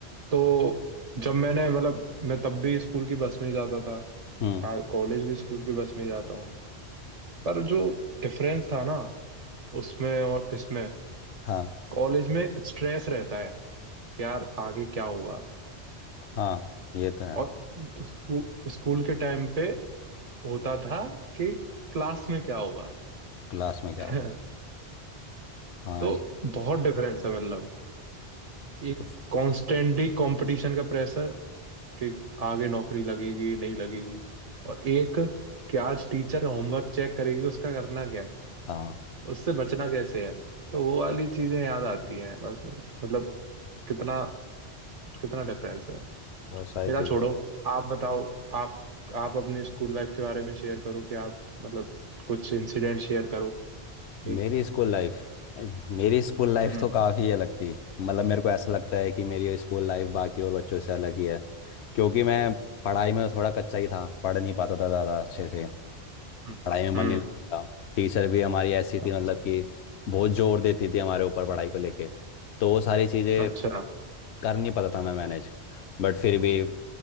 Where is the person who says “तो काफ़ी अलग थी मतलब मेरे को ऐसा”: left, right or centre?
Left